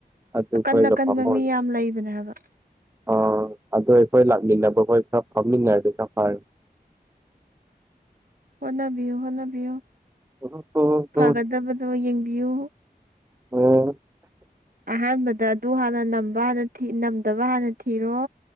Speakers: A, on the right; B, on the right.
A: ꯑꯗꯨꯈꯣꯏꯒ
B: ꯑꯀꯟ ꯑꯀꯟꯕ
A: ꯐꯥꯝꯕꯑꯣꯏꯕꯅꯦ
B: ꯃꯤ ꯌꯥꯝ ꯂꯩꯕꯅꯦ ꯍꯥꯏꯕ
A: ꯑ ꯥꯑꯗꯣꯏ ꯑꯩꯈꯣꯏ ꯂꯥꯛꯃꯤꯟꯅꯕ ꯑꯩꯈꯣꯏ ꯈꯔ ꯐꯥꯝꯃꯤꯟꯅꯔꯗꯤ ꯈꯔ ꯐꯔꯦ
B: ꯍꯣꯠꯅꯕꯤꯌꯨ- ꯍꯣꯠꯅꯕꯤꯌꯨ
A: INAUDIBLE
B: ꯐꯒꯗꯕꯗꯣ ꯌꯦꯡꯕꯤꯌꯨ
A: INAUDIBLE
B: ꯑꯍꯥꯟꯕꯗ ꯑꯗꯨ ꯍꯥꯟꯅ ꯅꯝꯕ ꯍꯥꯟꯅ ꯊꯤ ꯅꯥꯝꯗꯕ ꯍꯥꯟꯅ ꯊꯤꯔꯣ